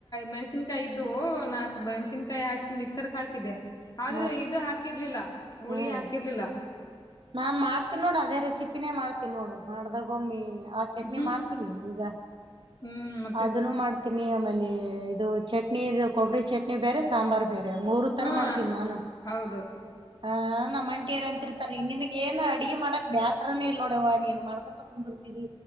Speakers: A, on the left (about 40°); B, on the right (about 55°).
A: ಮೆಣ್ಸಿನ್ಕಾಯಿ ಇದ್ದುವು ನಾಕ್ ಮೆಣ್ಸಿನ್ಕಾಯಿ ಹಾ ಮಿಕ್ಸರ್ ಕ ಹಾಕಿದ್ದೆ ಆದ್ರೆ
B: ಮಸ್ತ್
A: ಇದು ಹಾಕಿರ್ಲಿಲ್ಲ ಹುಳಿ
B: ಹ್ಮ್
A: ಹಾಕಿರ್ಲಿಲ್ಲ.
B: ನಾನ್ ಮಾಡ್ತೀನಿ ನೋಡು ಅದೇ ರೆಸಿಪಿನೇ ಮಾಡ್ತೀನಿ ನೋಡು ಮಾಡ್ದಾಗ ಒಮ್ಮಿ ಆ ಚಟ್ನಿ
A: ಹ್ಮ್
B: ಮಾಡ್ತಿ <unintelligible> ಈಗ
A: ಹ್ಮ್ ಮತ್ತೆ
B: ಅದನ್ನು ಮಾಡ್ತ <unintelligible> ತಿನಿ ಆಮೇಲೆ ಇದು ಚಟ್ನಿ ಇದು ಕೊಬ್ಬರಿ ಚಟ್ನಿ <unintelligible> ಬೇರೆ ಸಾಂಬಾರ್ ಬೇರೆ ಮೂರು ತರ
A: ಹ್ಮ
B: ಮಾಡ್ತೀನಿ ನಾನು
A: ಹೌದು
B: ಹಾ ನಮ್ಮಂಟಿರಂತಿರ <unintelligible> ನಿನಗೇನ ಅಡ್ಗಿ ಮಾಡಕ್ ಬ್ಯಾಸ್ರನೇ ಇಲ್ ನೋಡೆವ್ವ ನೀನ್ ಮಾಡ್ಕೊತ ಕುಂದರ್ತೀದಿ.